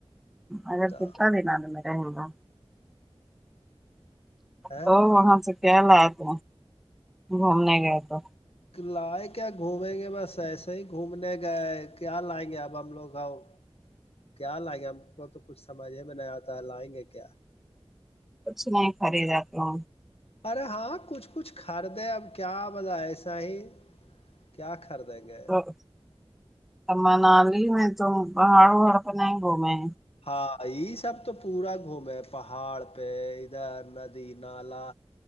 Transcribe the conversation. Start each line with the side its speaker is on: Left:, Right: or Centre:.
Centre: اگر
Left: تو
Centre: کتنا دن تو میں رہ گا
Left: ہے
Centre: تو وہاں سے کیا لیا ٹھ گھومنے گئے تو
Left: لائے کیا گھومیں گے بس ایسے ہی گھومنے گئے کیا لائیں گے اب ہم لوگ ہو کیا لائیں گے ہم کو تو کچھ سمجھے میں نہیں آتا ہے لائیں گے کیا
Centre: کچھ نہیں خریدا کیا
Left: ارے ہاں کچھ کچھ خریدے اب کیا بہتے سہی ہی کیا خریدیں گے
Centre: تو منالی میں تم پہاڑ وہاڑ نہیں گھومے
Left: ہاں یہ سب تو پورا گھوم ہے پہاڑ پہ ادھر ندی نالا